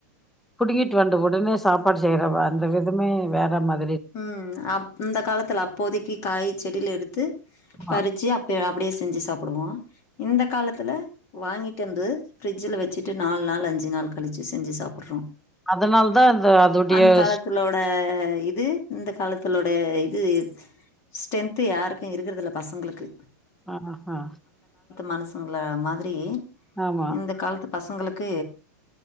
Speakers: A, in the centre; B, on the left (about 30°).
A: புடிங்கிட்டு வந்த உடனே சாப்பாடு செய்யறவ அந்த விதமே வேற மாத்
B: உம் அ அந்த காலத்துல அப்போதைக்கு காய் செடியில எடுத்து பறிச்சு
A: ஆ
B: அப்ப யா அப்டியே செஞ்சு சாப்டுவோ இந்த காலத்துல வாங்கிட்டு வந்து ஃப்ரிட்ஜில வச்சுட்டு நாலு நாள் அஞ்சு நாள் கழிச்சு செஞ்சு சாப்பிட்றோ
A: அதனால தா இந்த அதோடைய
B: அந்த காலத்தலோட
A: ஸ்
B: இது இந்த காலத்தில்ல தோட இது ஸ்டென்த் யாருக்கும் இருக்குறதுல பசங்களுக்கு
A: ஆ அ
B: மனுசங்கள மாதிரி
A: ஆமா
B: இந்த காலத்து பசங்களுக்கு